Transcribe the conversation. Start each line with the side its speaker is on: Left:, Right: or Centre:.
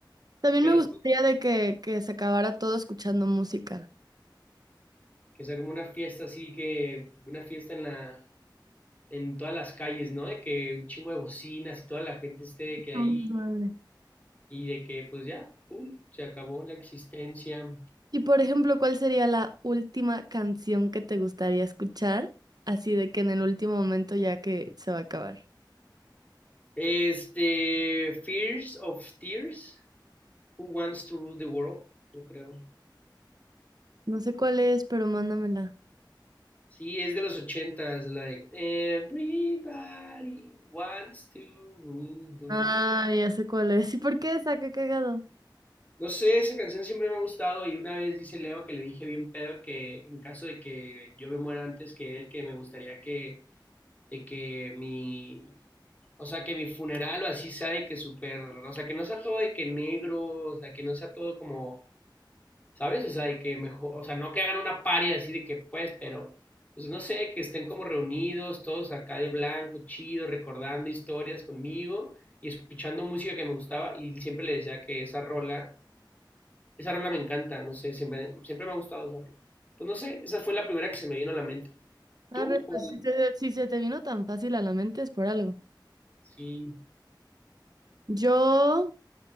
Right: También
Left: Pero
Right: me gustaría
Left: sí,
Right: de que, que se acabara todo escuchando música.
Left: que sea como una fiesta así, que una fiesta en la en todas las calles, ¿no? De que un chingo de bocinas y toda la gente esté de que
Right: Somos
Left: ahí
Right: nueve.
Left: y de que pues ya, pum, se acabó la existencia.
Right: Y por ejemplo, ¿cuál sería la última canción que te gustaría escuchar? Así de que en el último momento ya que se va a acabar.
Left: Este, Fears of Tears, Who Wants to Rule the World, yo creo.
Right: No sé cuál es, pero mándamela.
Left: Sí, es de los ochentas, la de Everybody Wants to Rule the World.
Right: Ah, ya sé cuál es. ¿Y por qué esa? Qué cagado.
Left: No sé, esa canción siempre me ha gustado y una vez dice Leo que le dije bien pedo que en caso de que yo me muera antes que él, que me gustaría que de que mi, o sea, que mi funeral o así sea de que súper, o sea, que no sea todo de que negro, o sea, que no sea todo como, ¿sabes? O sea, de que mejor, o sea, no que hagan una paria así de que pues, pero, pues no sé, que estén como reunidos todos acá de blanco, chido, recordando historias conmigo y escuchando música que me gustaba y siempre le decía que esa rola, esa rola me encanta, no sé, siempre, siempre me ha gustado esa rola. Pues no sé, esa fue la primera que se me vino a la mente.
Right: Arre,
Left: ¿Tú? ¿Cuál?
Right: pues si se, si se te vino tan fácil a la mente es por algo.
Left: Sí.
Right: Yo,